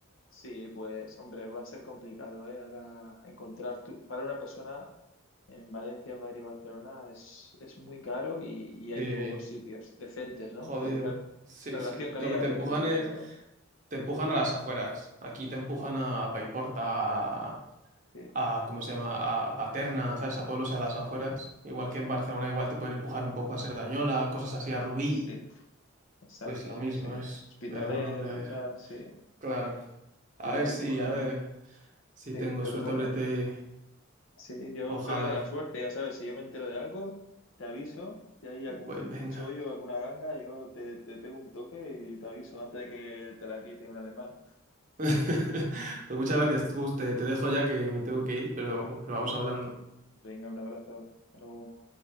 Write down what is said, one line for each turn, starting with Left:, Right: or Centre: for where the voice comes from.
Left: Sí, pues hombre, va a ser complicado, ¿eh? Ahora encontrar tu... para una persona en Valencia, Madrid y Barcelona es, es muy caro y, y hay
Right: Sí.
Left: pocos sitios decentes, ¿no?
Right: Jodido.
Left: Por ca-
Right: Sí,
Left: Relación
Right: sí.
Left: calidad-precio
Right: Lo que te empujan
Left: me refiero.
Right: es, te empujan a las afueras. Aquí te empujan a Paiporta, a,
Left: Sí,
Right: a- ¿cómo se llama? A Paterna, ¿sabes? A pueblos a las afueras. Igual que en Barcelona, igual te pueden empujar un poco a Cerdañola, cosas así, a Rubí.
Left: sí, exacto,
Right: Pues lo mismo
Left: sí.
Right: es.
Left: Hospitales
Right: Pero bueno, hombre, a
Left: y
Right: ver.
Left: tal, sí,
Right: Claro. A
Left: te van
Right: ver
Left: empujando.
Right: si, a ver si
Left: Sí,
Right: tengo
Left: pero
Right: suerte,
Left: bueno.
Right: hombre, te...
Left: Sí, yo
Right: Ojalá.
Left: espero que tengas suerte, ya sabes, si yo me entero de algo, te aviso, si hay algún
Right: Pues venga.
Left: chollo, alguna ganga, yo te, te pego un toque y te aviso antes de que te la quite un alemán.
Right: <laughs> Pues muchas gracias, Gus. Te, te dejo ya que, que me tengo que ir, pero, pero vamos hablando.
Left: Venga, un abrazo, hasta luego.